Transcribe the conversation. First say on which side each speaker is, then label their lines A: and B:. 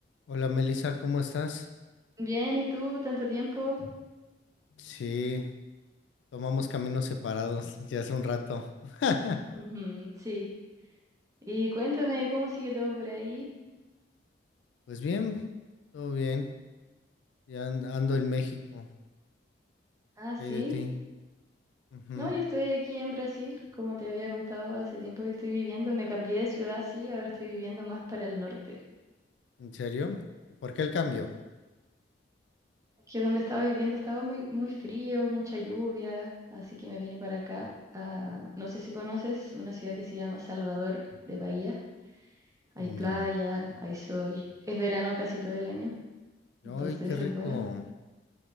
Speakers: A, on the left; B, on the right.
A: Hola Melissa, ¿cómo estás?
B: Bien, ¿y tú? ¿Tanto tiempo?
A: Sí, tomamos caminos separados ya hace un rato. <laughs>
B: Ujú, Sí. Y cuéntame cómo sigue todo por ahí.
A: Pues bien, todo bien. Ya an- ando en México.
B: Ah, sí.
A: ¿Qué hay de ti? Ujú,
B: No, yo estoy aquí en Brasil, como te había contado, hace tiempo que estoy viviendo. Me cambié de ciudad, sí, ahora estoy viviendo más para el norte.
A: ¿En serio? ¿Y por qué el cambio?
B: Es que donde estaba viviendo estaba muy, muy frío, mucha lluvia, así que me vine para acá. a- no sé si conoces una ciudad que se llama Salvador de Bahía. Hay
A: No.
B: playa, hay sol. Es verano casi todo el año,
A: Ay,
B: entonces
A: qué
B: eso
A: rico.
B: es bueno.